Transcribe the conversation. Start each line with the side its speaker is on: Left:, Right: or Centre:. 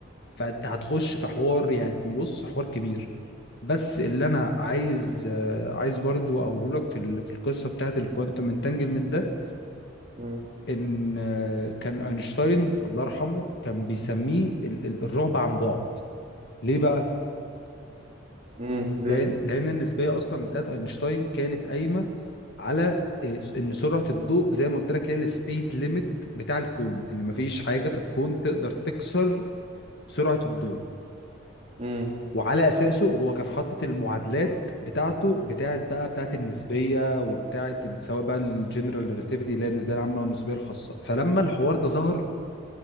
Left: فانت هتخش في حوار يعني بص حوار كبير بس اللي انا عايز آه، عايز برضو اقوله لك في ال- في القصه بتاعت الكوانتم انتانجلمنت ده
Right: مم.
Left: ان آه، كان اينشتاين الله يرحمه كان بيسميه ال- ال- الرعب عن بعد ليه بقى
Right: مم. ليه
Left: لان لان النسبيه اصلا بتاعت اينشتاين كانت قايمه على آه، ان سرعه الضوء زي ما قلت لك هي السبيد ليميت بتاع الكون ان مفيش حاجه في الكون تقدر تكسر سرعه الضوء
Right: مم.
Left: وعلى اساسه هو كان حاطط المعادلات بتاعته بتاعت بقى بتاعت النسبيه وبتاعت ال- سواء بقى الجنرال ريلاتيفيتي اللي هي النسبيه العامه والنسبيه الخاصه فلما الحوار ده ظهر